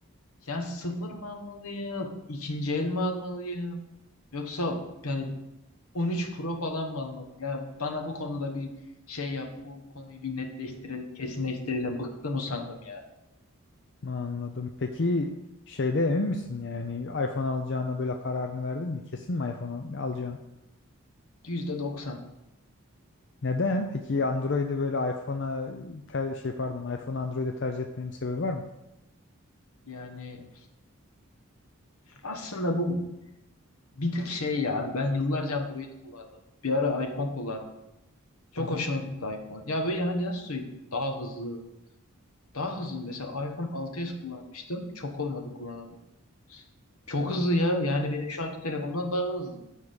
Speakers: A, on the left; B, on the left.
A: Ya sıfır mı almalıyım? İkinci el mi almalıyım? Yoksa yani 13 Pro falan mı almalıyım? Ya bana bu konuda bir şey yap. Bu konuyu bir netleştirelim, kesinleştirelim. Bıktım usandım ya.
B: Anladım. Peki şeyde emin misin yani iPhone alacağına böyle kararını verdin mi? Kesin mi iPhone al- alacaksın?
A: %90.
B: Neden? Peki Android'i böyle iPhone'a ter- şey pardon iPhone Android'e tercih etmenin bir sebebi var mı?
A: Yani aslında bu bir tık şey ya. Ben yıllarca Android kullandım. Bir ara iPhone kullandım. Çok
B: Hı hı.
A: hoşuma gitti iPhone. Ya böyle hani nasıl söyleyeyim? Daha hızlı. Daha hızlı. Mesela iPhone 6s kullanmıştım. Çok olmadı kullanalı. Çok hızlı ya. Yani benim şu anki telefondan daha hızlı.